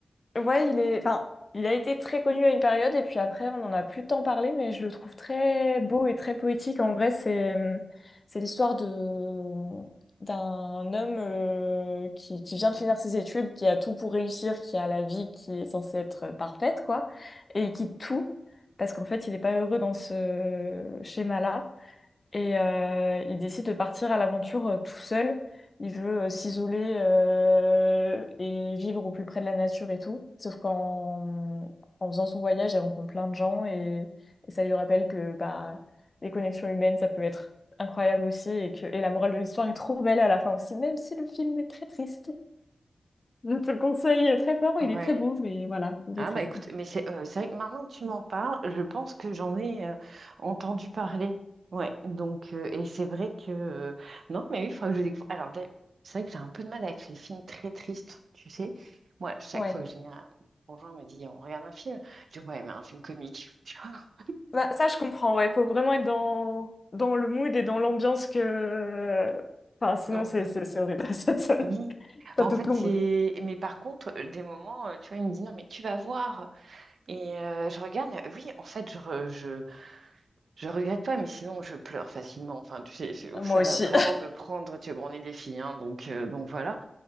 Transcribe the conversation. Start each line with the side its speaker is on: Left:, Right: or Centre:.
Left: Ouais, il est, enfin, il a été très connu à une période et puis après, on n'en a plus tant parlé, mais je le trouve très beau et très poétique. En vrai, c'est, mmh, c'est l'histoire de mmh, d'un homme euh, qui, qui vient de finir ses études, qui a tout pour réussir, qui a la vie qui est censée être parfaite, quoi, et qui quitte tout parce qu'en fait, il n'est pas heureux dans ce schéma-là. Et euh, il décide de partir à l'aventure euh, tout seul. Il veut euh, s'isoler euh, et vivre au plus près de la nature et tout. Sauf qu'en en faisant son voyage, il rencontre plein de gens et, et ça lui rappelle que bah, les connexions humaines, ça peut être incroyable aussi et que et la morale de l'histoire est trop belle à la fin aussi, même si le film est très triste. Je te le conseille euh, très fort,
Right: Ouais.
Left: il est très beau, mais voilà, il
Right: Ah
Left: est triste.
Right: bah écoute, mais c'est euh, c'est vrai que maintenant que tu m'en parles, je pense que j'en ai euh, entendu parler. Ouais, donc euh, et c'est vrai que euh, non, mais oui, il faudra que je découvre. Alors d'ailleurs, c'est vrai que j'ai un peu de mal avec les films très tristes, tu sais. Moi, chaque
Left: Ouais.
Right: fois que j'ai un conjoint me dit on regarde un film, je dis ouais, mais un film comique, <laughs> tu vois.
Left: Bah, ça, je comprends, ouais. Faut vraiment être dans, dans le mood et dans l'ambiance que... Enfin, sinon,
Right: Oh,
Left: c'est c'est- c'est horrible. <laughs> Ça te,
Right: Oui,
Left: ça
Right: en
Left: te
Right: fait,
Left: plombe.
Right: c'est. Mais par contre, euh, des moments, euh, tu vois, il me dit non, mais tu vas voir. Et euh, je regarde, euh, oui, en fait, je, Je regrette pas, mais sinon je pleure facilement. Enfin, tu sais, c'est- ouf,
Left: Moi
Right: ça
Left: aussi.
Right: va vraiment me prendre. Tu sais, bon, on est des filles, hein, donc, euh, donc voilà.